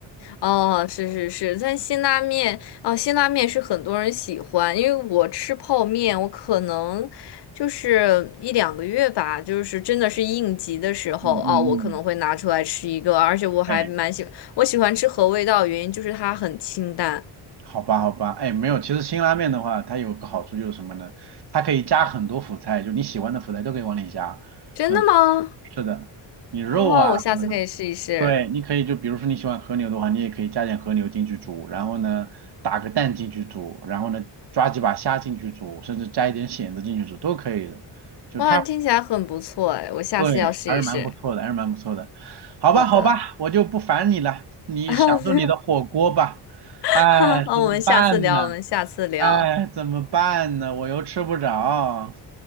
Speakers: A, on the left; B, on the right.
A: 哦，是是是，但辛拉面哦，辛拉面是很多人喜欢，因为我吃泡面，我可能就是一两个月吧，就是真的是应急的时候哦，
B: 嗯嗯嗯，
A: 我可能会拿出来吃一个，而且我还蛮喜，
B: 哎，
A: 我喜欢吃合味道的原因就是它很清淡。
B: 好吧好吧，哎，没有，其实辛拉面的话，它有个好处就是什么呢？它可以加很多辅菜，就你喜欢的辅菜都可以往里加。
A: 真的吗？
B: 嗯，是的，你肉啊什么的。
A: 哦，我下次可以试一试。
B: 对，你可以就比如说你喜欢和牛的话，你也可以加点和牛进去煮，然后呢打个蛋进去煮，然后呢抓几把虾进去煮，甚至加一点蚬子进去煮都可以的。就它，
A: 哇，听起来很不错哎，我下次要试一试。
B: 对，还是蛮不错的，还是蛮不错的。好吧，
A: 好的，
B: 好吧，我就不烦你了，你享受你的火锅吧。
A: <laughs> 啊，不用，<laughs>
B: 哎，
A: 啊我们下次聊，
B: 怎么办呢？
A: 我们下次聊，
B: 哎，怎么办呢？我又吃不着。